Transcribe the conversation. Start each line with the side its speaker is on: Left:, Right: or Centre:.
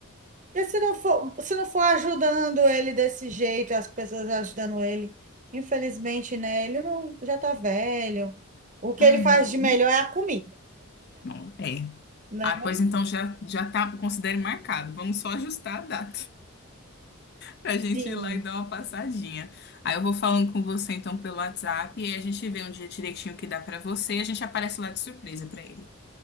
Right: porque se não for, se não for ajudando ele desse jeito, as pessoas ajudando ele, infelizmente, né? Ele não, já tá velho. O que
Left: Uhum.
Right: ele faz de melhor é a comida,
Left: Não, é.
Right: né?
Left: Ah, pois então já, já tá, considere marcado. Vamos só ajustar a data. Pra gente
Right: Sim.
Left: ir lá e dar uma passadinha. Aí eu vou falando com você então pelo WhatsApp e a gente vê um dia direitinho que dá pra você e a gente aparece lá de surpresa pra ele.